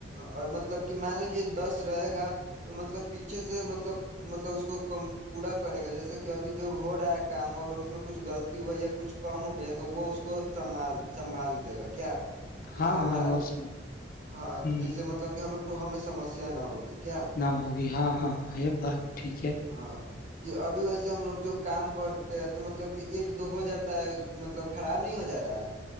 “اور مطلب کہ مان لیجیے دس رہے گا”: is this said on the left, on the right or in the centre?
Right